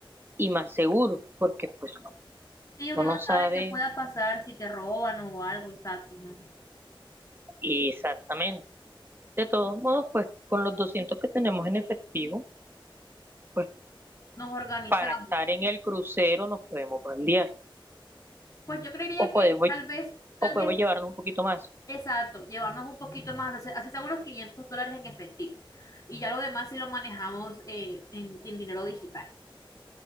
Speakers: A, on the right; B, on the left.
A: y más seguro, porque pues
B: Sí,
A: uno
B: uno no
A: no sabe
B: sabe qué pueda pasar si te roban o algo, exacto. ¿no?
A: exactamente. De todos modos, pues con los 200 que tenemos en efectivo, pues
B: Nos organizamos.
A: para estar en el crucero nos podemos bandear
B: Pues yo creería
A: o podemos,
B: que tal vez, tal
A: o podemos
B: vez,
A: llevarnos un poquito más.
B: exacto, llevarnos un poquito más, así así sea unos 500 dólares en efectivo. Y ya lo demás si lo manejamos eh, en, en dinero digital.